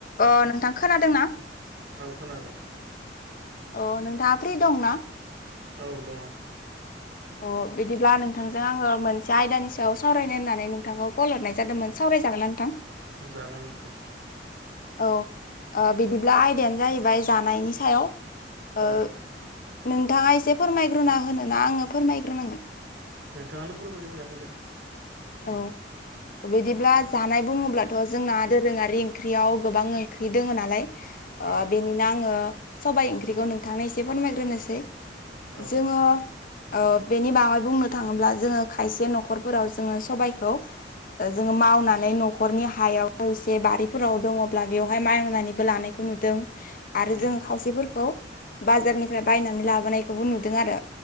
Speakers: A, on the left; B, on the right.
A: अ नोंथां खोनादों ना?
B: औ खोनादों।
A: अ नोंथाङा फ्रि दं ना?
B: औ दङ।
A: अ बिदिब्ला नोंथांजों आङो मोनसे आयदानि सायाव सावरायनो होननानै नोंथांखौ कल हरनाय जादोमोन। सावरायजागोन ना नोंथां?
B: औ जागोन नोंथां जा
A: औ ओ बिदिब्ला आयदायानो जाहैबाय जानायनि सायाव ओ
B: औ
A: नोंथाङा एसे फोरमायग्रोना होनो ना आंङो फोरमायग्रोनांगोन?
B: नोंथाङानो फोरमाय गोरना होदो।
A: औ बिदिब्ला जानाय बुंङोब्लाथ' जोंना दोरोङारि ओंख्रियाव गोबां ओंख्रि दोङो नालाय ओ
B: औ
A: बेनिनो आङो सबाय ओंख्रिखौ नोंथांनो एसे फोरमायग्रोनोसै
B: औ
A: जोङो
B: दे
A: ओ बेनि बागै बुंनो थाङोब्ला जोङो खायसे न'खरफोराव जोङो सबायखौ ओ जोङो मावनानै न'खरनि हायाव एसे बारिफोराव दङब्ला बेवहाय मावनानैबो लानायखो ओ नुदों। आरो
B: उम
A: जों खायसेफोरखौ बाजारनिफ्राय बायनानै लाबोनायखौबो नुदों आरो